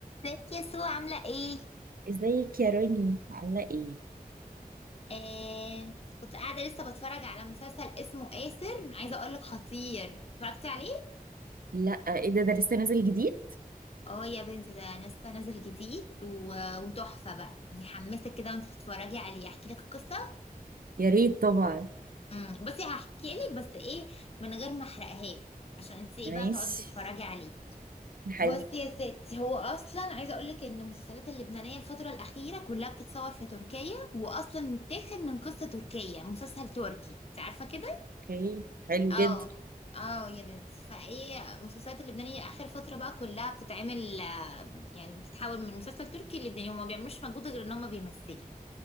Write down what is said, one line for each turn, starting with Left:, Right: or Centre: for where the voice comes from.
Left: ازيك يا سو عاملة ايه؟
Right: ازيك يا روني عاملة ايه؟
Left: آه كنت قاعدة لسه بتفرج على مسلسل اسمه آسر عايزة اقولك خطير اتفرجتي عليه؟
Right: لا ايه ده ده لسه نازل جديد؟
Left: اه يا بنتي ده لسه نازل جديد و... وتحفة بقى يحمسك كده وانت بتتفرجي عليه احكي لك القصة
Right: يا ريت طبعا
Left: امم بصي هحكي لك بس ايه من غير ما احرقها لك عشان انت ايه
Right: ماشي
Left: بقى تقعدي تتفرجي عليه
Right: حلو
Left: بصي يا ستي هو اصلا عايزه اقول لك ان المسلسلات اللبنانيه الفتره الاخيره كلها بتتصور في تركيا واصلا متاخد من قصه تركيه مسلسل تركي انت عارفه كده
Right: اوكي حلو
Left: اه
Right: جدا
Left: اه يا بنتي فايه المسلسلات اللبنانية اخر فترة بقى كلها بتتعمل آه، يعني بتتحول من مسلسل تركي للبناني هما ما بيعملوش مجهود غير ان هما بيمثلوا